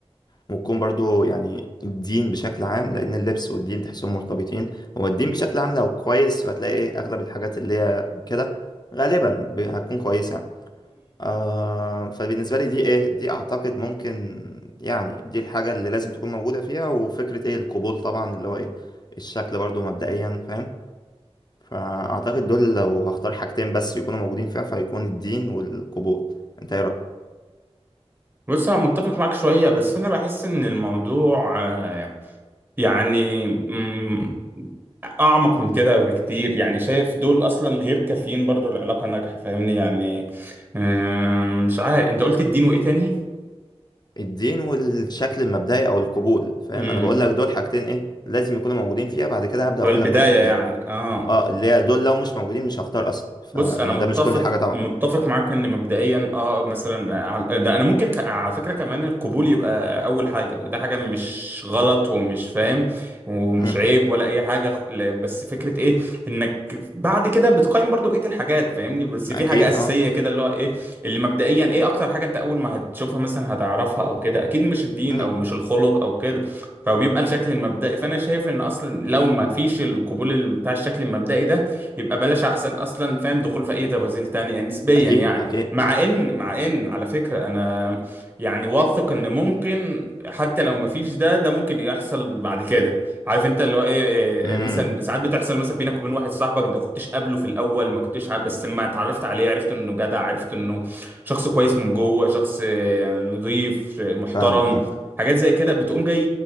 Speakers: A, on the left; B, on the right.
A: وتكون برضو يعني الدين بشكل عام لأن اللبس والدين تحسهم مرتبطين هو الدين بشكل عام لو كويس فهتلاقي أغلب الحاجات اللي هي كده غالبا ب- هتكون كويسة آه فبالنسبة لي دي إيه دي أعتقد ممكن يعني دي الحاجة اللي لازم تكون موجودة فيها وفكرة إيه القبول طبعا اللي هو إيه الشكل برضو مبدئيا فاهم فأعتقد دول لو هختار حاجتين بس يكونوا موجودين فيها فهيكون الدين والقبول أنت إيه رأيك؟
B: بص انا متفق معاك شويه بس انا بحس ان الموضوع آه، يعني مم، اعمق من كده بكتير يعني شايف دول اصلا غير كافيين برضو العلاقه ناجحه فاهمني يعني آم، مش عارف انت قلت الدين وايه تاني
A: الدين والشكل المبدئي او القبول فاهم
B: امم
A: انا بقول لك دول حاجتين ايه لازم يكونوا موجودين فيها بعد كده هبدأ
B: اللي
A: اقول
B: هو البدايه
A: لك باقي الحاجات
B: يعني اه
A: اه اللي هي دول لو مش موجودين مش هختار اصلا فانا
B: بص انا متفق
A: ده مش كل حاجة طبعا
B: متفق معاك ان مبدئيا اه مثلا على- ده انا ممكن ك- على فكره كمان القبول يبقى اول حاجه وده حاجه مش غلط ومش فاهم ومش
A: امم
B: عيب ولا اي حاجه خ- ل- بس فكره ايه انك بعد كده بتقيم برضو بقيه الحاجات فاهمني بس في
A: اكيد
B: حاجه اساسيه
A: اه
B: كده اللي هو ايه اللي مبدئيا ايه اكتر حاجه انت اول ما هتشوفها مثلا هتعرفها او كده اكيد مش الدين
A: امم
B: او مش الخلق او كده فبيبقى الشكل المبدئي فانا شايف ان اصلا لو ما فيش القبول بتاع الشكل المبدئي ده يبقى بلاش احسن اصلا فاهم دخول في اي تفاصيل تانية نسبيا
A: اكيد
B: يعني
A: اكيد
B: مع ان مع ان على فكرة انا يعني واثق ان ممكن حتى لو مفيش ده ده ممكن يحصل بعد كده عارف انت اللي هو ايه, إيه,
A: امم
B: إيه مثلا ساعات بتحصل مثلا بينك وبين واحد صاحبك انت ما كنتش قابله في الاول ما كنتش عارف بس لما اتعرفت عليه عرفت انه جدع عرفت انه شخص كويس من جوه شخص آه، نضيف آه، محترم
A: فاهمك فاهم
B: حاجات زي كده بتقوم جاي